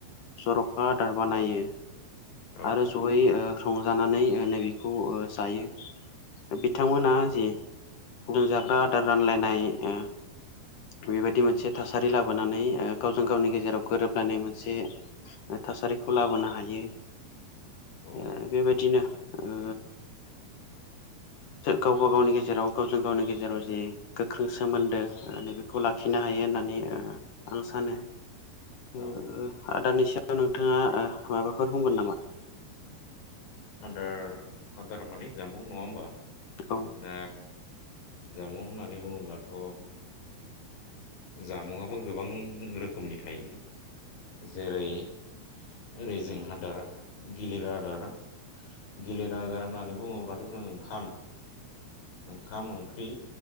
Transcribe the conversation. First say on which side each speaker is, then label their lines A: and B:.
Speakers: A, on the left; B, on the left.
A: जर'खा आदार बानायो
B: औ
A: आरो जयै संजानानै नैबेखौ जायो बिथांमोना जि बेदर जाग्रा आदार रानलायनाय ओ बेबायदि मोनसे थासारि लाबोनानै ओ गावजों गावनि गेजेराव गोरोब लायनाय मोनसे थासारिखौ लाबोनो हायो
B: औ
A: ओ बेबायदिनो ओ
B: <inaudible>
A: गावबा गावनि गेजेराव गावजों गावनि गेजेराव जि गोख्रों सोमोन्दो नै बेखौ लाखिनो हायो। होननानै आं सानो
B: औ
A: ओ आदारनि सायाव नोंथाङा माबाफोर बुंगोन नामा?
B: आदार आदार माने जामुं नङा होमबा?
A: औ
B: ओ जामुं होननानै बुङोब्लाथ' जामुंआबो गोबां रोखोमनि थायो। जेरै रेजें आदार गिलिर आदार गिलिर आदार होननानै बुङोब्लाथ' जों ओंखाम ओंखाम ओंख्रि